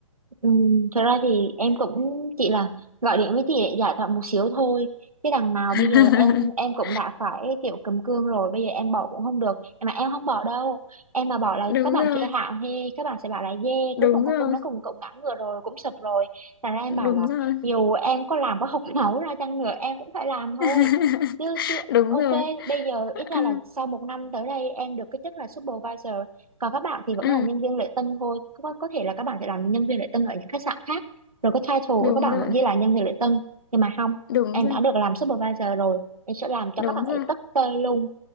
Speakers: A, on the right (about 85°); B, on the left (about 40°).
A: Ừ, thật ra thì em cũng chỉ là gọi điện với chị để giải thoại một xíu thôi. Chứ đằng nào
B: <laughs>
A: bây giờ em em cũng đã phải kiểu cầm cương rồi, bây giờ em bỏ cũng không được. Mà em không bỏ đâu. Em mà bỏ là
B: đúng
A: các bạn
B: rồi
A: kia hạ hê, các bạn sẽ bảo là dê,
B: đúng
A: cuối cùng con
B: rồi
A: Quân nó cũng cũng ngã ngựa rồi, cũng sụp rồi. Thành ra em bảo
B: đúng
A: là
B: rồi
A: dù em có làm có học <laughs> nấu ra chăng nữa em cũng phải làm thôi.
B: <laughs>
A: Chứ chứ
B: đúng
A: ok,
B: rồi
A: bây giờ ít ra
B: ừ,
A: là sau một năm tới đây em được cái chức là supervisor còn các bạn thì vẫn
B: ừ,
A: là nhân viên lễ tân thôi có, có thể là các bạn sẽ làm nhân viên lễ tân ở những khách sạn khác rồi cái title của
B: đúng
A: các bạn
B: rồi
A: vẫn ghi là nhân viên lễ tân nhưng mà không
B: đúng
A: em
B: rồi
A: đã được làm supervisor rồi em sẽ làm cho
B: đúng
A: các bạn ấy
B: rồi
A: tất tơi luôn